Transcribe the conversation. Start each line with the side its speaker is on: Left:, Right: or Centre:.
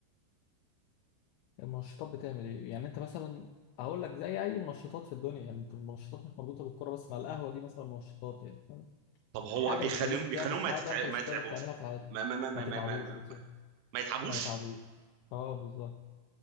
Left: المنشطات بتعمل ايه يعني انت مثلا هقول لك زي اي منشطات في الدنيا يعني انت المنشطات مش مربوطه بالكوره بس مع القهوه دي مثلا منشطات يعني فاهم؟
Right: طب هو
Left: حاجه
Right: بيخليهم
Left: بتخليك
Right: بيخليهم
Left: تعمل حاجه
Right: ما, يتتع...
Left: انت مش
Right: ما يتعبوش
Left: هتقدر تعملها في حياتك
Right: ما ما ما
Left: ما تتعبوش
Right: ما ما, ما...
Left: بالظبط
Right: ما يتعبوش
Left: ما يتعبوش اه بالظبط